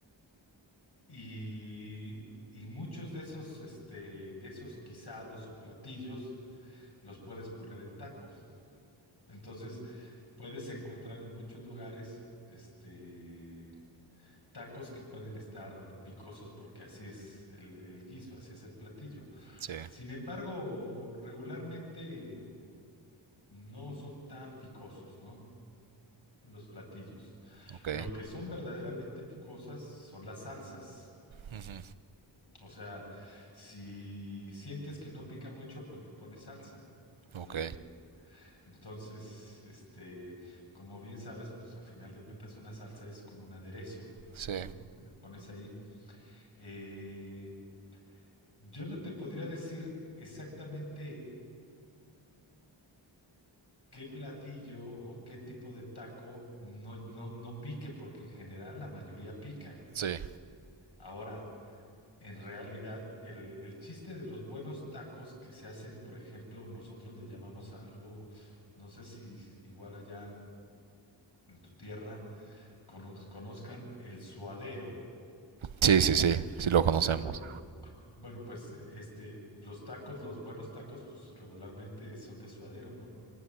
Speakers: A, on the left; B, on the right.
A: y, y muchos de esos, este, de esos guisados o platillos los puedes poner en taco. Entonces, Puedes encontrar en muchos lugares, este, tacos que pueden estar picosos porque así es el, el guiso, así es el platillo.
B: sí,
A: Sin embargo, regularmente no son tan picosos, ¿no? Los platillos.
B: ok.
A: Lo que son verdaderamente picosas son las salsas.
B: Ujú,
A: O sea, si sientes que no pica mucho, pues le pones salsa todavía.
B: Ok,
A: Entonces, este, como bien sabes, pues a final de cuentas una salsa es como un aderezo,
B: sí,
A: ¿no? Que le pones ahí. Eh, yo no te podría decir exactamente qué platillo o qué tipo de taco no, no, no pique, porque en general la mayoría pica.
B: sí.
A: Ahora, en realidad, el, el chiste de los buenos tacos que se hacen, por ejemplo, nosotros le llamamos a algo, no sé si igual allá en tu tierra conoz- conozcan el suadero.
B: Sí, sí, sí, sí lo conocemos.
A: Bueno, bueno, pues este, los tacos, los buenos tacos, pues regularmente son de suadero, ¿no?